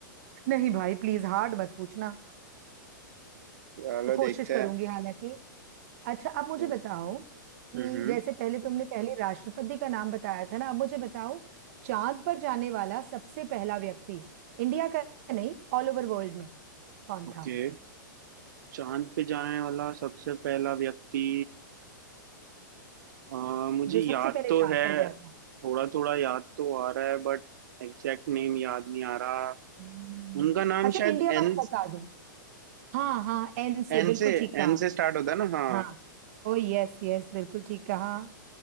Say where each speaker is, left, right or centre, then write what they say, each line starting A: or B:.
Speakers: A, on the right; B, on the right.
A: नहीं भाई प्लीज हार्ड मत पूछना
B: चलो
A: मैं कोशिश
B: देखते
A: करूंगी
B: हैं
A: हालांकि अच्छा अब मुझे
B: हम्म
A: बताओ
B: हम्म
A: कि जैसे पहले तुमने पहले राष्ट्रपति का नाम बताया था ना अब मुझे बताओ चांद पर जाने वाला सबसे पहला व्यक्ति इंडिया का नहीं ऑल ओवर वर्ल्ड में कौन था
B: ओके चांद पे जाने वाला सबसे पहला व्यक्ति अ, मुझे
A: जो
B: याद
A: सबसे पहले
B: तो
A: चांद
B: है
A: पर गया था
B: थोड़ा थोड़ा याद तो आ रहा है बट एग्जैक्ट नेम याद नहीं आ रहा
A: हम्म,
B: उनका नाम
A: अच्छा
B: शायद
A: इंडिया
B: एन
A: वाला बता दो हाँ हाँ एन से
B: एन
A: बिल्कुल
B: से
A: ठीक कहा
B: एन से स्टार्ट होता है ना हाँ
A: हाँ ओ यस यस बिल्कुल ठीक कहा